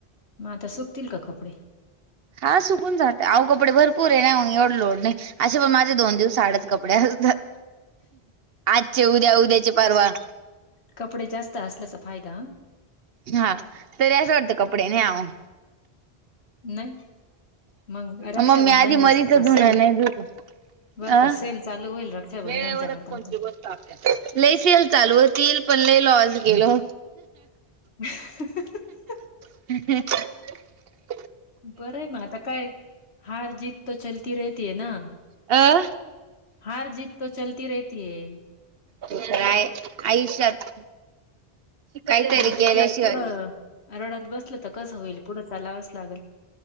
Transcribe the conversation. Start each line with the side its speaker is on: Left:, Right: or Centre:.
Left: म आता सुकतील का कपडे?
Right: हा सुकून जात आऊ कपडे भरपूर हे ना, मंग एवढ लोढ नाही. आशे पण पण माझे दोन दिवसा आडच कपडे असतात. आजचे उद्या उद्याचे परवा.
Left: कपडे जास्त असल्याचा फायदा.
Right: हा तरी आसं वाटतं कपडे नाही आ वो.
Left: नाही? मग रक्षाबंधनला
Right: <inaudible> मम्मी आधी मरीच
Left: सेल
Right: धुन नाही धुत.
Left: बरं
Right: अ
Left: का सेल चालू होईल रक्षाबंधनच्या
Right: वेळ वरच
Left: आता.
Right: कोणती बस? <unintelligible> लई सेल चालू होतील पण लई लॉस गेलो.
Left: ह <unintelligible>
Right: ह् ह <unintelligible>
Left: बरं हे म आता काय हार जीत तर चलती राहतीये ना.
Right: अ
Left: हार जीत तर चलती रहती है.
Right: त्याचकाय आयुष्यात काहीतरी
Left: म आता
Right: केल्याशिवाय
Left: तेच कुढं रडात बसलं तर कसं होईल पुढं लावच लागल.